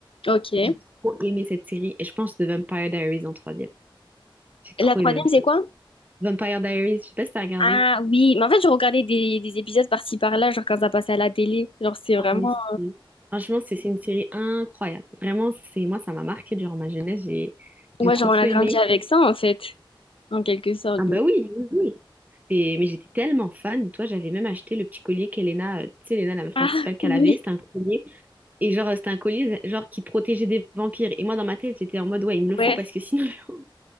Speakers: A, on the left; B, on the right.
A: Ok.
B: J'ai trop aimé cette série. Et je pense The Vampire Diaries en troisième. J'ai trop
A: La troisième,
B: aimé.
A: c'est quoi?
B: Vampire Diaries, je sais pas si t'as regardé.
A: Ah oui, mais en fait, je regardais des, des épisodes par-ci par-là, genre quand ça passait à la télé. Genre, c'est vraiment.
B: En effet. Franchement, c'est c'est une série incroyable. Vraiment, c'est moi, ça m'a marqué durant ma jeunesse. J'ai
A: Ouais,
B: j'ai trop
A: genre,
B: trop
A: on a grandi
B: aimé.
A: avec ça, en fait, en quelque sorte.
B: Ah bah
A: donc.
B: oui,
A: <laughs>
B: oui. oui. oui. Et- mais j'étais tellement fan, dis-toi, j'avais même acheté le petit collier qu'Elena, euh, tu sais, Elena, la meuf principale
A: Ah
B: qu'elle
A: oui,
B: avait, c'était un collier. Et genre, euh, c'était un collier genre qui protégeait des vampires. Et moi, dans ma tête, j'étais en mode, ouais, il me le faut
A: ouais.
B: parce que sinon, <laughs>